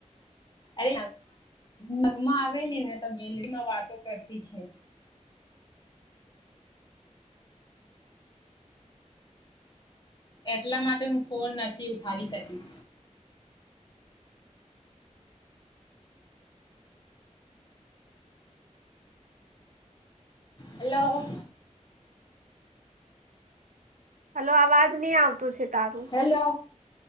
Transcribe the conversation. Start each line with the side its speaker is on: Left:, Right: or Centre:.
Left: અરે નગ નગમાં આવેલી ને તો ગેલરીમાં વાતો કરતી છે <unintelligible> એટલા માટે હું ફોન નથી ઉઠાવી શકી હેલો
Right: હલો અવાજ નહી આવતું છે તારું.
Left: હેલો,